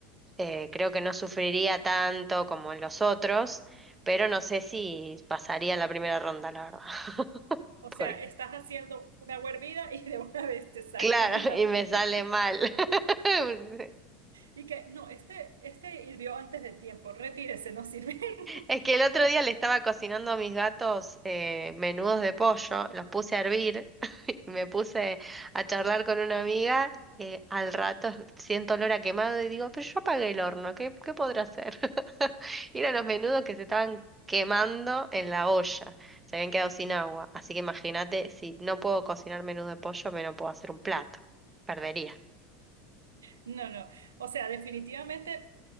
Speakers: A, on the right; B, on the right.
A: Eh, creo que
B: Sí.
A: no sufriría tanto como en los otros, pero no sé si pasaría la primera ronda, la verdad. <laughs>
B: O
A: Por
B: sea, estás haciendo una hervida y de una vez te sacan
A: claro,
B: en la
A: y me
B: primera.
A: sale mal. <laughs>
B: Y que, no, este, este hirvió antes de tiempo, retírese, no sirve. <laughs>
A: Es que el otro día le estaba cocinando a mis gatos eh, menudos de pollo, los puse a hervir. Me puse a charlar con una amiga, eh, al rato siento olor a quemado y digo, pero yo apagué el horno, ¿qué, qué podrá hacer? <laughs> Y eran los menudos que se estaban quemando en la olla, se habían quedado sin agua. Así que imagínate, si no puedo cocinar menudo de pollo, me no puedo hacer un plato, perdería.
B: No, no. O sea, definitivamente,